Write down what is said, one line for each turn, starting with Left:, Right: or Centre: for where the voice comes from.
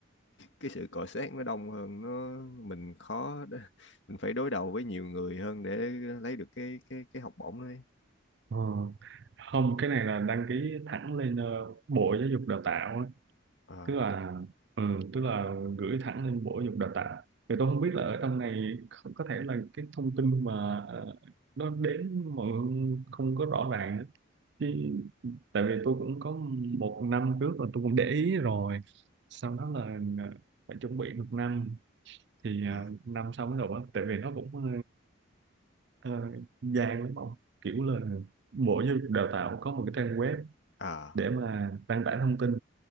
Left: cái sự cọ xát nó đông hơn nó mình khó để- <laughs> mình phải đối đầu với nhiều người hơn để lấy được cái cái cái học bổng đấy
Right: Ờ. Không, cái này là đăng ký thẳng lên ờ, Bộ Giáo dục Đào tạo á.
Left: à,
Right: Tức là ừ, tức là gửi thẳng lên Bộ Giáo dục Đào tạo. Thì tôi không biết là ở trong này không- có thể là cái thông tin mà ờ, nó đến mọi người không có rõ ràng á. Chứ tại vì tôi cũng có một năm trước là tôi cũng để ý rồi. Sau đó là ờ, phải chuẩn bị một năm thì
Left: à,
Right: ờ, năm sau mới nộp á. Tại vì nó cũng ờ, ờ, vàng lắm ông kiểu là mỗi giáo dục đào tạo có một cái trang web
Left: à,
Right: để mà đăng tải thông tin